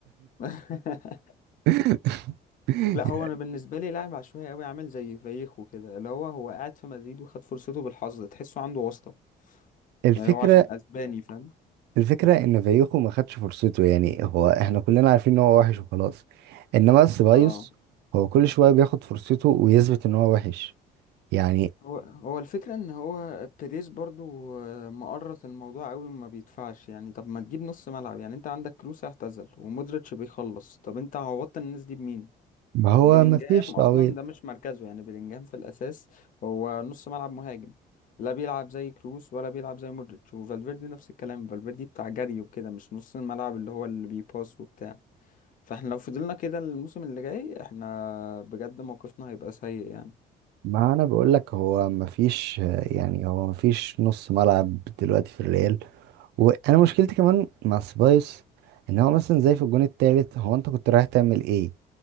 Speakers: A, on the left; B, on the right.
A: <laughs>
B: <laughs>
A: لا هو انا بالنسبه لي لاعب عشوائي قوي عامل زي فايخو كده اللي هو هو قاعد في مدريد وخد فرصته بالحظ تحسه عنده واسطه
B: الفكرة
A: يعني هو عشان اسباني فاهم
B: الفكرة ان فايوخو ما خدش فرصته يعني هو احنا كلنا عارفين ان هو وحش وخلاص انما سيبايوس
A: اه
B: هو كل شوية بياخد فرصته ويثبت ان هو وحش يعني
A: هو هو الفكرة ان هو بيريز برضو آه، مقرط الموضوع قوي وما بيدفعش يعني طب ما تجيب نص ملعب يعني انت عندك كروس اعتزل ومودريتش بيخلص طب انت عوضت الناس دي بمين
B: ما هو
A: بلينجهام
B: مفيش تعويض
A: اصلا ده مش مركزه يعني بلينجهام في الاساس هو نص ملعب مهاجم لا بيلعب زي كروس ولا بيلعب زي مودريتش وفالفيردي نفس الكلام فالفيردي بتاع جري وكده مش نص الملعب اللي هو اللي بيباس وبتاع فاحنا لو فضلنا كده الموسم اللي جاي احنا بجد موقفنا هيبقى سيء يعني
B: ما انا بقول لك هو مفيش يعني هو مفيش نص ملعب دلوقتي في الريال وانا مشكلتي كمان مع سبايس ان هو مثلا زي في الجون التالت هو انت كنت رايح تعمل ايه